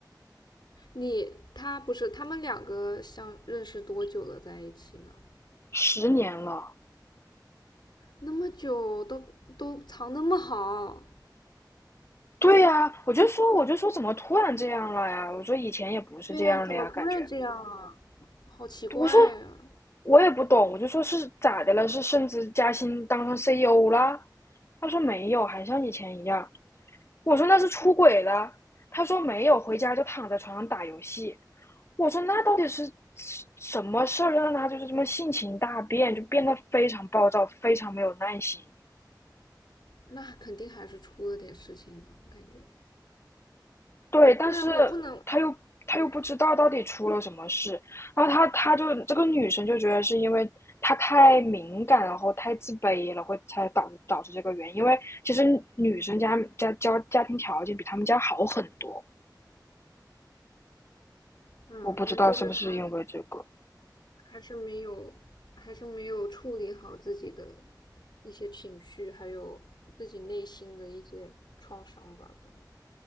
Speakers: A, on the left; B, on the left.
A: 你他不是他们两个相认识多久了在一起呢？
B: 十年了。
A: 那么久都都藏那么好，
B: 对呀，我就说，我就说，怎么突然这样了呀？我说以前也不是这样的呀，
A: 对呀、怎么突然这样啊？
B: 感觉。
A: 好奇怪啊！
B: 我说我也不懂，我就说是咋的了？是升职加薪当上 CEO 啦？他说没有，还像以前一样。我说那是出轨了。他说没有，回家就躺在床上打游戏。我说那到底是什么事儿让他就是这么性情大变，就变得非常暴躁，非常没有耐心。
A: 那肯定还是出了点事情呢，我感觉，
B: 对，但是
A: 不然我不能。
B: 他又他又不知道到底出了什么事，
A: 对，
B: 然后他他就这个女生就觉得是因为她太敏感，然后太自卑了，会才导致导致这个原因。因为其实女生家家家家庭条件比他们家好很多，
A: 嗯，
B: 我不知道是不是因为这个。
A: 那就是他可能还是没有，还是没有处理好自己的一些情绪，还有自己内心的一些创伤吧，可能。